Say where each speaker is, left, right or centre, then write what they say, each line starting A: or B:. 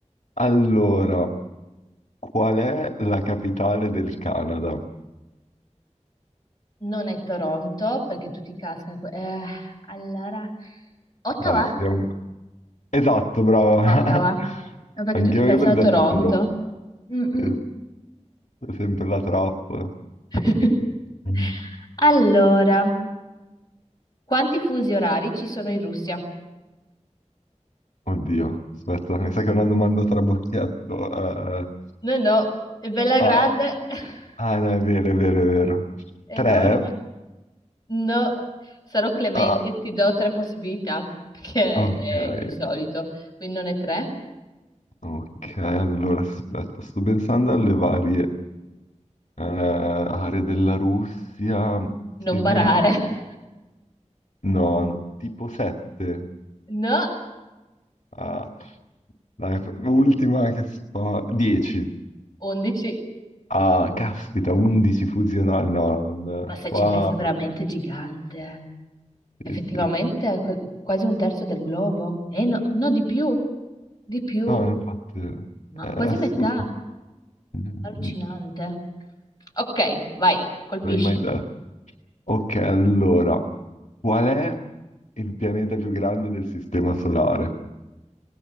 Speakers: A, on the left (about 75°); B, on the left (about 35°).
A: Allora, qual è la capitale del Canada?
B: Non è Toronto, perché tutti cascano. in que- eh, allora, Ottawa?
A: Eh, siamo- Esatto, brava. <laughs>
B: Ottawa. No, Perché
A: Anche
B: tutti
A: io
B: pensano
A: avrei
B: a
A: detto
B: Toronto.
A: Toronto.
B: Mm,
A: Sì,
B: mm.
A: È sempre la trappola.
B: <laughs>
A: Mhm.
B: Allora, quanti fusi orari ci sono in Russia?
A: Oddio, aspetta, mi sa che è una domanda trabocchetto. eh, eh,
B: No, no, è bella grande,
A: ah,
B: <laughs>
A: ah, no, è vero, è vero, è vero.
B: Mm. enorme.
A: Tre?
B: No, sarò clemente,
A: Ah,
B: ti do tre possibilità, perché
A: ok,
B: è insolito. Quindi non è tre,
A: ok, allora aspetta, sto pensando alle varie eh, aree della Russia. Secondo...
B: non barare. <laughs>
A: No, no, tipo sette.
B: No,
A: Ah, dai, ultima che sto... Dieci.
B: undici.
A: Ah, caspita, undici fusionali. No, non...
B: Ma se
A: Wow,
B: ci pensi è veramente gigante. Effettivamente
A: sì, sì.
B: è qu- quasi un terzo del globo. Eh no, no, di più, di più,
A: No, infatti...
B: ma
A: È assurdo.
B: quasi metà.
A: Non
B: Allucinante. Ok, vai, colpisci.
A: avrei mai detto. Ok, allora, qual è il pianeta più grande del sistema solare?